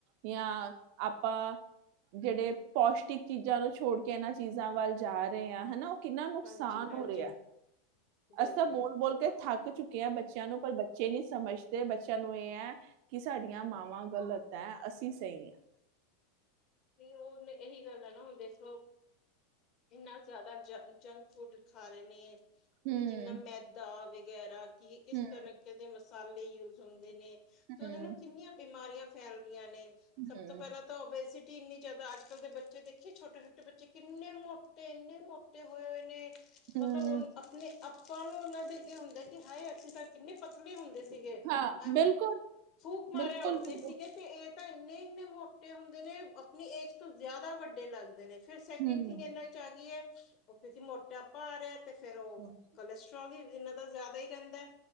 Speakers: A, on the right; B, on the left.
A: ਯਾਂ, ਆਪਾ ਜਿਹੜੇ ਪੌਸ਼ਟਿਕ ਚੀਜ਼ਾਂ ਨੂੰ ਛੋੜਕੇ, ਇਹਨਾਂ ਚੀਜ਼ਾਂ ਵੱਲ ਜਾ ਰਹੇ ਆ ਹਨਾ ਕਿੰਨਾ ਨੁਕਸਾਨ
B: ਹਾਂਜੀ ਹਾਂਜੀ
A: ਹੋ ਰਿਹਾ,
B: ਬਿਲਕੁਲ
A: ਅਸੀ ਤਾਂ ਬੋਲ-ਬੋਲਕੇ ਥੱਕ ਚੁੱਕੇ ਆ ਬੱਚਿਆਂ ਨੂੰ, ਪਰ ਬੱਚੇ ਨੀ ਸਮਝਦੇ, ਬੱਚਿਆਂ ਨੂੰ ਇਹ ਐ, ਕਿ ਸਾਡੀਆਂ ਮਾਵਾਂ ਗਲਤ ਐ, ਅਸੀਂ ਸਹੀ ਆ।
B: ਨਹੀਂ, ਉਹ ਇਹਨੇ ਓਹੀ ਕਰਨਾ, ਨਾ ਹੁੰਣ ਦੇਖਲੋ ਇੰਨਾ ਜ਼ਿਆਦਾ ਜੰਕ ਫੂਡ ਖਾ ਰਹੇ ਨੇ।
A: ਹੂੰ,
B: ਉਹਦੇ'ਚ ਇੰਨਾ ਮੈਦਾ ਵਗੈਰਾ, ਕੀ ਕਿਸ
A: ਹੂੰ,
B: ਤਰਕੇ ਦੇ ਮਸਾਲੇ ਯੂਜ ਹੁੰਦੇ ਨੇ। ਤੇ
A: ਹੂੰ,
B: ਉਹਦੇ ਨਾ ਕਿੰਨੀਆਂ ਬਿਮਾਰੀਆਂ ਫੈਲ ਰਹੀਆਂ ਨੇ, ਸਭ
A: ਹੂੰ।
B: ਤੋਂ ਪਹਿਲਾਂ ਤਾ ਔਬਵੇਸੀ ਇੰਨੀ ਜ਼ਿਆਦਾ ਅੱਜ-ਕੱਲ ਦੇ ਬੱਚੇ ਦੇਖੇ, ਛੋਟੇ-ਛੋਟੇ ਬੱਚੇ ਕਿੰਨੇ ਮੋਟੇ, ਇੰਨੇ ਮੋਟੇ ਹੋਏ ਹੋਏ ਨੇ।
A: ਹੂੰ,
B: ਮਤਲਬ ਉਹ ਆਪਣੇ, ਆਪਾਂ ਨੂੰ ਉਹਨਾਂ ਦੇ ਅੱਗੇ ਹੁੰਦਾ ਕਿ ਹਾਏ ਅਸੀ ਤਾ‌ ਕਿੰਨੇ ਪਤਲੇ ਹੁੰਦੇ ਸੀਗੇ,
A: ਹਾਂ,
B: ਐਵੇਂ
A: ਬਿਲਕੁਲ,
B: ਫੂਕ ਮਾਰੇ
A: ਬਿਲਕੁਲ,
B: ਉੱਠਦੇ
A: ਬਿਲਕੁਲ।
B: ਸੀਗੇ ਤੇ ਇਹ ਤਾ ਇੰਨੇ-ਇੰਨੇ ਮੋਟੇ ਹੁੰਦੇ ਨੇ, ਆਪਣੀ ਏਜ ਤੋਂ ਜ਼ਿਆਦਾ ਵੱਡੇ ਲੱਗਦੇ। ਨੇ ਫਿਰ ਸੈਕਿੰਡ
A: ਹੂੰ,
B: ਥਿੰਗ ਇਹਨਾਂ'ਚ ਆ ਗਈ ਏ, ਕਿਉਂਕਿ ਮ੍ਹੋਟਾਪਾ ਆ ਰਿਹਾ ਏ, ਤੇ ਫਿਰ ਉਹ
A: ਹੂੰ,
B: ਕੋਲੈਸਟਰ੍ਰੋਲ ਵੀ ਇੰਨਾ ਦਾ ਜ਼ਿਆਦਾ ਹੀ ਰਹਿੰਦਾ,